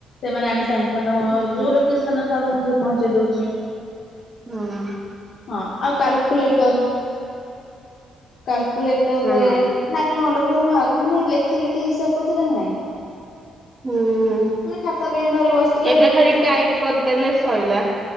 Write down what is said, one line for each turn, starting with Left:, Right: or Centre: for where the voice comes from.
Left: ସେମାନେ ଆଣି ସାଙ୍ଗ୍ ତମଅ-ଅ
Right: ହୁଁ
Left: ଯୋଉ ଲୋକେସନରେ ଥାଉ ତମକୁ ସେଠି ପହଞ୍ଚେଇ ଦଉଛି।
Right: ହଁ ଅଁ।
Left: ହଁ ଆଉ କାଲକୁୁଲେଟର୍ କାଲ୍ କୁଲେଟରରେ
Right: ହଁ
Left: ମାନେ ଆଗେ କଣ ଲୋକ୍ ମାନେ ସବୁ ହା <inaudible> ମାନେ ଲେଖି ଲେଖି ହିସାବ କରୁଥିଲେ ନା ନାଇଁ?
Right: ହୁଁଉଁ-ଉଁ-ଉଁ
Left: ମାନେ ଖାତା ପେନ୍ ଧରି ବସୁଥିଲେ
Right: ଏବେ
Left: ଲେଖୁଥିଲେ।
Right: ଖାଲି ଟାଇପ୍ କରିଦେଲେ ସଇଲା।